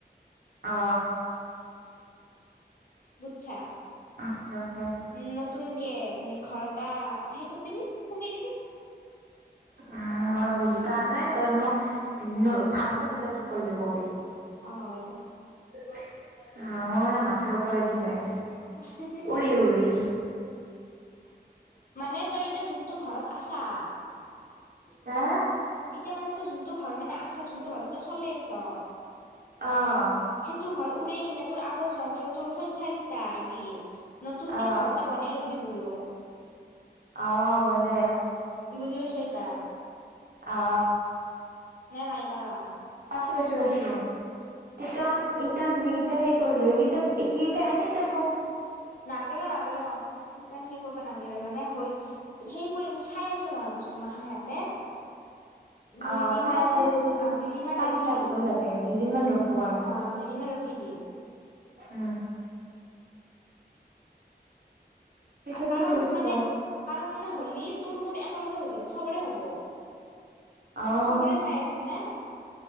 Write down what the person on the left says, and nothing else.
বুজছা
উম, নতুনকে ঘৰ এটা সে কৰি দিবি সুমাই দিবি।
অঁ হব দে।
<unintelligible>
মানে তই এতিয়া যোনটো ঘৰত আছা।
এতিয়া মানে তোৰ যোনটো ঘৰ মানে আছা যোনটো ঘৰত তোৰ চলে আছ।
সেইটো ঘৰ উৰে কিনে তোৰ আগৰ যন্ত্ৰ তোৰ সংখ্যা কেইটাই দিয়ে নতুনকে
ঘৰ এটা বনাই লবি বোলো।
বুজি পাইছ এইবাৰ?
নে নাই পাৱা?
নালাগে ৰ নালাগে ৰ, সিতেন সেই কৰিবা নালাগে ৰ মানে হৈ সেই কৰিম চাই আছে নহয় বস্তু মাষা সিহঁতে।
দুইদিনমান
অ' দুইদিনমান
ৰখি
দি
দুই
অ' দুইদিনমান ৰখি দি।
কাৰণ
মানে, কাৰণ মানে হলি তোৰ মোৰ একেলগে হৈ যাব চবৰে হ'ব।
চবৰে চাই আছে নে?